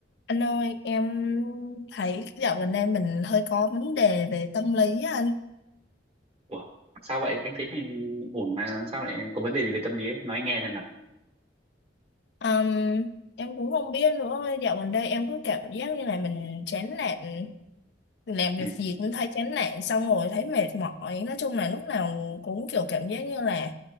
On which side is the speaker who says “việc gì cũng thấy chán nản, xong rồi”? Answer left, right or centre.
Left